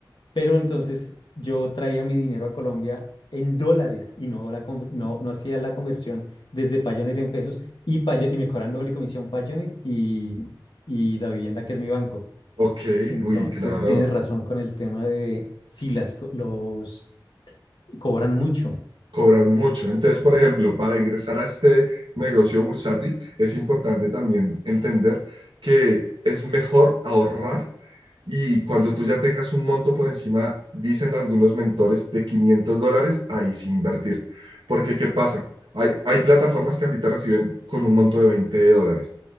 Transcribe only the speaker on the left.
Pero entonces yo traía mi dinero a Colombia en dólares y no, la, con- no, no hacía la conversión desde Payoneer en pesos y, Payo- y me cobran doble comisión Payoneer y, y Davivienda, que es mi banco.
Entonces
tienes razón con el tema de si las, co- los cobran mucho.